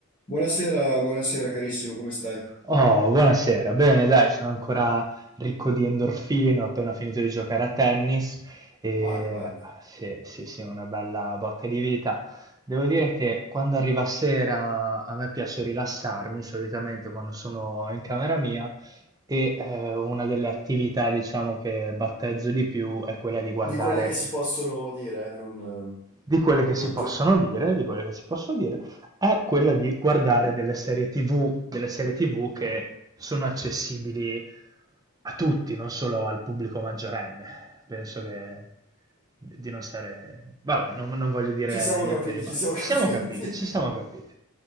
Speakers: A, on the left; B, on the right.
A: Buonasera, buonasera carissimo, come stai?
B: Oh, buonasera. Bene, dai, sono ancora ricco di endorfine, ho appena finito di giocare a tennis e
A: Ah, che bello.
B: sì, sì, sì, una bella botta di vita. Devo dire che quando arriva sera a me piace rilassarmi, solitamente quando sono in camera mia, e eh, una delle attività, diciamo, che battezzo di più è quella di guardare
A: Di quelle che si possono dire, eh, non,
B: di quelle
A: eh,
B: che
A: non
B: si possono
A: tu.
B: dire, di quelle che si possono dire, è quella di guardare delle serie TV, delle serie TV che sono accessibili a tutti, non solo al pubblico maggiorenne. Penso che di non stare... Vabbè, non, non voglio dire
A: Ci siamo
B: niente
A: capiti,
B: di male.
A: ci siamo
B: Ci
A: <laughs> capiti.
B: siamo capiti, ci siamo capiti.